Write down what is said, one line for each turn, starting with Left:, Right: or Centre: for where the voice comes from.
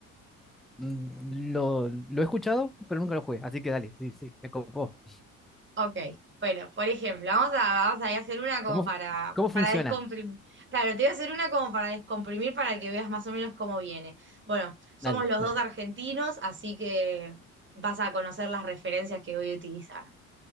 Centre: Mm, Lo, lo he escuchado, pero nunca lo jugué. Así que dale, sí, sí, me copó.
Right: Ok, bueno, por ejemplo, vamos a, vamos a ir a hacer una como
Centre: ¿Cómo,
Right: para,
Centre: fu- cómo funciona?
Right: para descomprimir. Claro, te voy a hacer una como para descomprimir para que veas más o menos cómo viene. Bueno, somos
Centre: Dale,
Right: los
Centre: dale.
Right: dos argentinos, así que vas a conocer las referencias que voy a utilizar.